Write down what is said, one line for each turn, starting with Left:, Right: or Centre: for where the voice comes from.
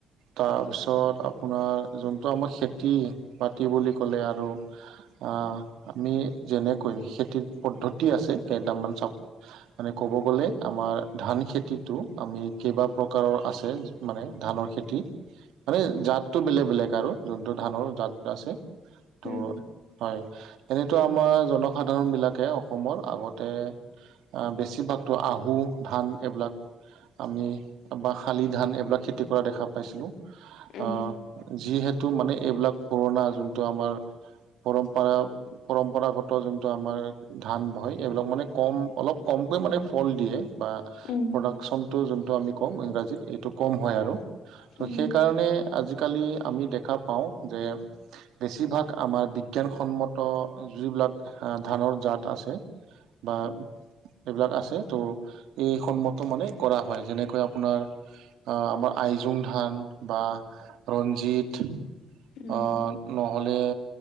Right: তাৰপিছত আপোনাৰ যোনটো আমাৰ খেতি-বাতি বুলি <inaudible> ক'লে আৰু <inaudible> আহ আমি যেনেকৈ খেতিত পদ্ধতি আছে কেইটামান চব <inaudible> আমি ক'ব গ'লে আমাৰ ধান খেতিটো আমি কেইবা প্ৰকাৰৰ আছে। <inaudible> মানে ধানৰ খেতি। মানে জাতটো বেলেগ-বেলেগ আৰু যোনটো ধানৰ জাত আছে। <inaudible> ত
Left: উম,
Right: হয়। এনেতো আমাৰ জনসাধাৰণ বিলাকে অসমৰ আগতে <inaudible> <inaudible> বেছিভাগতো আহু ধান এইবিলাক আমি বা শালি ধান এইবিলাক খেতি কৰা দেখা পাইছিলোঁ।
Left: উম,
Right: <inaudible> আহ যিহেতু মানে এইবিলাক পুৰণা যোন <inaudible> টো আমাৰ পৰম্পৰা-পৰম্পৰাগত <inaudible> <inaudible> যোনটো আমাৰ ধান হয় এইবিলাক মানে কম অলপ কমকৈ মানে ফল দিয়ে বা
Left: উম
Right: তোমাক চনতো যোনটো আমি কওঁ ইংৰাজীত এইটো কম হয় আৰু ত
Left: উম,
Right: সেইকাৰণে আজিকালি আমি দেখা পাওঁ যে। বেছিভাগ আমাৰ বি বিজ্ঞানসন্মত যিবিলাক ধানৰ জাত আছে বা এইবিলাক আছে ত' এই সন্মতো মানে কৰা হয় যেনেকৈ আপোনাৰ। আহ আমাৰ আইজুং ধান বা ৰঞ্জিত।
Left: উম,
Right: অহ নহ'লে